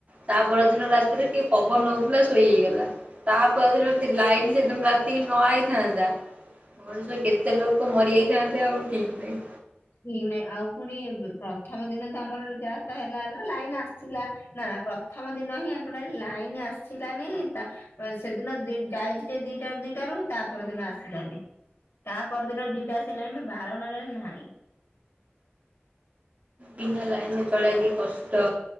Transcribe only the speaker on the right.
ତା ପରଦିନ ରାତିରେ ଟିକେ ପବନ ହଉଥିଲା ଶୋଇ ହେଇଗଲା। ତା ପରଦିନ ସେମିତି ଲାଇନ୍ ସେ ଦିନ ରାତି ତିକି ନ ଆଇଥାନ୍ତା ମଣିଷ କେତେ ଲୋକ ମରିଯାଇଥାନ୍ତେ ଆଉ ଠିକ୍ ନାହିଁ।
ବିନା ଲାଇନ୍ ରେ ଚଳିବା କି କଷ୍ଟ!